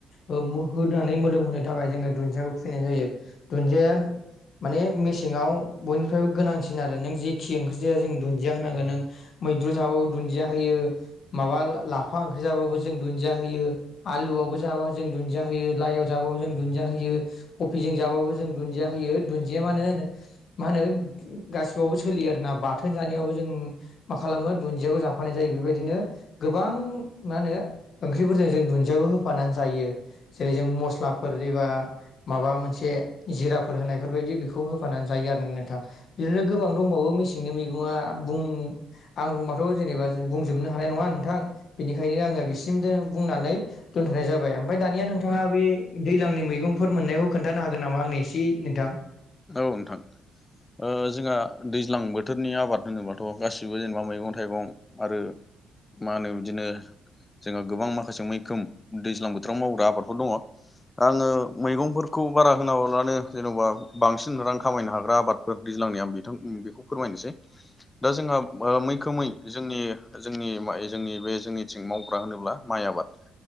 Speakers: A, on the left; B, on the left.
A: ओ मो होदानै मोदोम होनो थाखाय जोङो दुन्दियाखौ फुयैनाय जायो दुन्दिया माने मेसेङाव बयनिफ्रायबो गोनांसिन आरो नों जेखि ओंख्रि जाया जों दुन्दिया होनांगोन नों मैद्रु जाबाबो दुन्दिया होयो माबा लाफा ओंख्रि जाबाबो जों दुन्दिया होयो आलुआवबो जाबा जों दुन दिया होयो लाइयाव जाबाबो जों दुन्दिया होयो कफिजों जाबाबो जों दुन्दिया होयो दुन्दिया मा होनो मा होनो गासिबावबो सोलियो आरोना बाथोन जानायावबो जों मा खालामो दुन्दियाखौ जाफानाय जायो बेबायदिनो गोबां मा होनो ओंख्रिफोरजों जों दुन्दियाखौ होफानानै जायो। जेरै जों मस्लाफोर जेबा माबा मोनसे जिराफोर होनायफोरबायदि बेखौ होफानानै जायो आ <unintelligible> नोंथां बिदिनो गोबां दंबावो मेसेंनि मैगङा बुं आं बुंबाथ' जेनेबा जो बुंजोबनो हानाय नङा नोंथां बेनिखायनो आङो बिसिमदो बुंनानै दोनथ'नाय जाबाय ओमफाय दानिया नों थाङा बे दैलांनि मैगंफोर मोननायखौ खोन्थानो हागोन नामा आंनो इसे नोंथां?
B: औ नोंथां ओ जोंहा दैज्लां बोथोरनि आबाद होनोबाथ' गासिबो जेनेबा मैगं थाइगं आरो मा होनो बिदिनो जोंहा गोबां माखासे मैखोम दैज्लां बोथोराव मावग्रा आबाद आङो मैगंफोरखौ बारा होनाब्लानो जेन'बा बांसिन रां खामायनो हाग्रा आबादफोर दैज्लांनि आ बेखौ फोरमायनोसै दा जोंहा मैखोमै जोंनि जोंनि ज बे जोंनिथिं मावग्रा होनोब्ला माइ आबाद